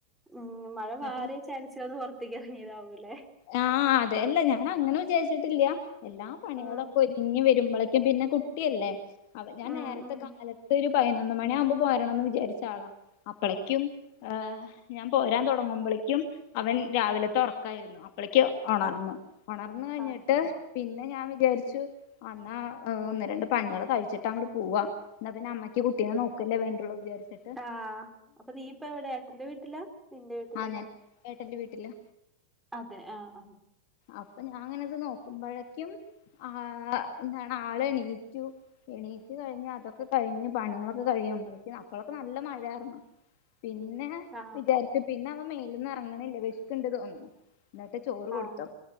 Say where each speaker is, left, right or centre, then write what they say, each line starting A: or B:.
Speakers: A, in the centre; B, on the left.
A: ഉം മഴ മാറി
B: മറ്റേ
A: ചാടിച്ച വന്ന് പുറത്തേക്ക്റങ്ങിയതാവൂല്ലേ
B: അഹ് അതെ അല്ല ഞാന അങ്ങനെ വിചാരിച്ചിട്ടില്ല എല്ലാ പണികളൊക്കെ
A: ഉം
B: ഒരിക് ഇങ്ങി വരുമ്പോളേക്കും പിന്നെ കുട്ടിയല്ലേ അവ ഞാൻ
A: ഉം
B: നേരത്തെ
A: ഉം
B: കാലത് ഒരു പതിനൊന്ന് മണിയാകുമ്പോ പോരണംന്ന് വിചാരിച്ച ആളാ അപ്പളേക്കും ഏയ് ഞാൻ പോരാൻ തുടങ്ങുമ്പോഴേക്കും അവൻ രാവിലത്തെ ഉറക്കായിരുന്നു ഇപ്പോളേക്ക് ഉണർന്നു ഉണർന്നു കഴിഞ്ഞിട്ട്
A: അതെ
B: പിന്നെ ഞാൻ വിചാരിച്ചു അന്നാ ഒന്ന് രണ്ട് പണികള് കഴിച്ചിട്ട് അങ്ങോ പോവാ എന്നാ പിന്നെ അമ്മയ്ക്ക് കുട്ടീ നോക്കല്ലേണ്ടുള്ളൂ വിചാരിച്ചത്
A: ആഹ് അപ്പൊ നീ ഇപ്പ എവിടെ ഏട്ടന്റെ വീട്ടിലാ നിന്റെ വീട്ടിലാ
B: ആഹ് ഞാൻ ഏട്ടന്റെ വീട്ടില്
A: അതെ ആഹ് ആഹ്
B: അപ്പൊ ഞാൻ അങ്ങനെത് നോക്കുമ്പോഴേക്കും ആഹ് എന്താണ് ആള് എണീറ്റു എണീറ്റ് കഴിഞ് അതൊക്കെ കഴിഞ്ഞ് പണികളൊക്കെ കഴിയുമ്പളെയ്ക്ക് അപ്പോളൊക്കെ നല്ല മഴാര്ന്നു പിന്നെ
A: ആ ആ
B: വിചാരിച്ചു. പിന്നെ അവ മേല്ന്ന റങ്ങ്ണില്ല. വിഷ്ക്ക്ണ്ട് തോന്ന്ണം എന്നട്ട് ചോറ് കൊടുത്തു.
A: ആ